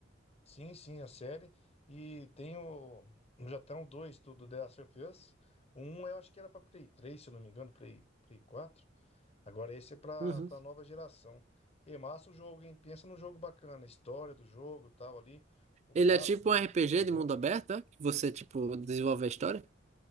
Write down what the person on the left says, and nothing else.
Sim, sim, a série. E tem o. Já estão dois do, do The Last of Us. Um eu acho que era pra Play 3, se eu não me engano, Play, Play 4. Agora esse é pra
para nova geração. E massa o jogo, hein? Pensa num jogo bacana, a história do jogo, tal ali, o gráfico
do
jogo também.